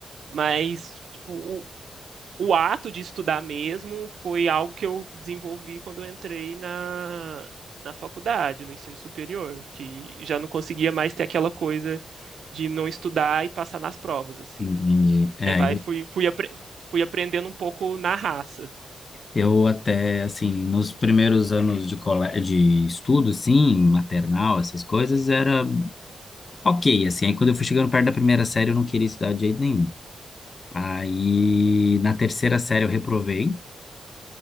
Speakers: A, on the right; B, on the left.
A: Mas, tipo, o ato de estudar mesmo foi algo que eu desenvolvi quando eu entrei na, na faculdade, no ensino superior, que já não conseguia mais ter aquela coisa de não estudar e passar nas provas, assim.
B: Entendi. É,
A: É, vai, fui, fui, apre- fui aprendendo um pouco na raça.
B: eu até, assim, nos primeiros anos de, cole... de estudo, assim, maternal, essas coisas, era Ok, assim, aí quando eu fui chegando perto da primeira série, eu não queria estudar de jeito nenhum. Aí, na terceira série, eu reprovei.